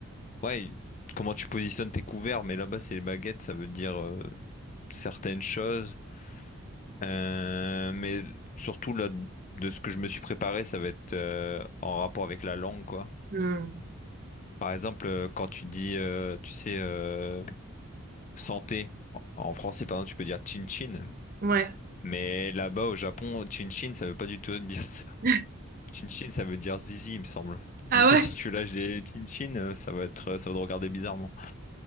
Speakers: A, on the left; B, on the right.
A: ouais, comment tu positionnes tes couverts, mais là-bas c'est les baguettes, ça veut dire euh, certaines choses. Euh, mais surtout, là, de ce que je me suis préparé, ça va être euh, en rapport avec la langue, quoi.
B: Hmm.
A: Par exemple, euh, quand tu dis, euh, tu sais, euh, santé, en en français, par exemple, tu peux dire chin-chin,
B: Ouais.
A: mais là-bas, au Japon, chin-chin, ça veut pas du tout <laughs> dire ça.
B: <laughs>
A: Chin-chin, ça veut dire zizi, il me semble. Du
B: Ah
A: coup,
B: ouais?
A: <laughs> si tu lâches des chin-chin, euh, ça va être, ça va te regarder bizarrement.